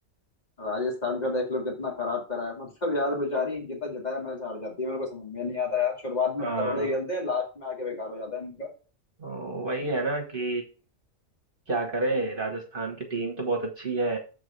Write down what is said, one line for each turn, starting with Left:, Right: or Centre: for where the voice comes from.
Left: राजस्थान का देख लो कितना खराब करा है मतलब यार बेचारी जितना जिताया मैच हार जाती है मेरे को समझ में नहीं आता यार शुरुआत में
Right: हाँ
Left: इतना बढ़िया खेलते हैं लास्ट में आके बेकार हो जाता है इनका
Right: तो वही है ना कि क्या करे राजस्थान की टीम तो बहुत अच्छी है